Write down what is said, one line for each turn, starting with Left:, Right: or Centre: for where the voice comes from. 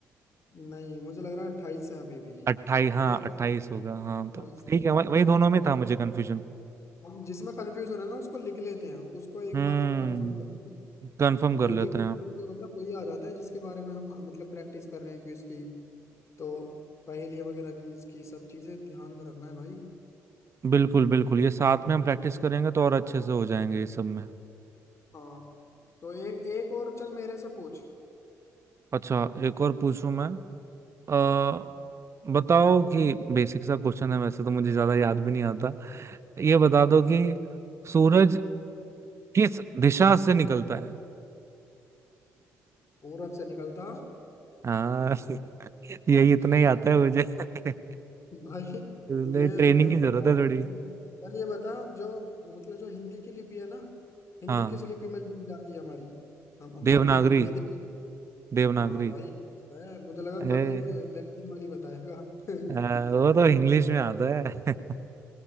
Left: नहीं मुझे लग रहा है अट्ठाईस है अभी भी
Right: अट्ठाईस हाँ
Left: या
Right: अट्ठाईस होगा हाँ तो
Left: अट्ठाईस
Right: ठीक
Left: थे
Right: है वही वही
Left: अट्ठाईस
Right: दोनों में
Left: थे
Right: था मुझे कंफ्यूजन
Left: हम जिसमें कंफ्यूजन है ना उसको लिख लेते हैं उसको एक
Right: हम्म
Left: बार और कंफर्म करते हैं
Right: कंफर्म कर
Left: क्योंकि
Right: लेते
Left: कभी
Right: हैं
Left: कभी क्या होता है वही आ जाता है जिसके बारे में हम मतलब प्रैक्टिस कर रहे हैं क्विज की तो पहेलियाँ वगैरह की इसकी सब चीजें ध्यान में रखना है भाई
Right: बिल्कुल बिल्कुल ये साथ में हम प्रैक्टिस करेंगे तो और अच्छे से हो जाएंगे ये सब में
Left: हाँ तो एक एक और चल मेरे से पूछ
Right: अच्छा एक और पूछूं मैं अ बताओ कि बेसिक सा क्वेश्चन है वैसे तो मुझे ज्यादा याद भी नहीं आता ये बता दो कि सूरज किस दिशा से निकलता है
Left: पूरब से निकलता
Right: हाँ <laughs> यही इतना
Left: <laughs>
Right: ही आता है मुझे <laughs>
Left: भाई
Right: इसलिए
Left: ये
Right: ट्रेनिंग
Left: मैं
Right: की
Left: बता
Right: जरूरत है
Left: दूंगा
Right: थोड़ी
Left: चल चल ये बता जो मतलब जो हिंदी की लिपि है ना हिंदी
Right: हाँ
Left: किस लिपि में लिखी जाती है हमारी हम हमारी
Right: देवनागरी
Left: जो हिंदी है देखो
Right: देवनागरी
Left: हाँ भाई ये तो पता है मुझे लगा
Right: अरे
Left: कभी लैटिन वाली बताएगा <laughs>
Right: आ, वो तो इंग्लिश में आता है <laughs>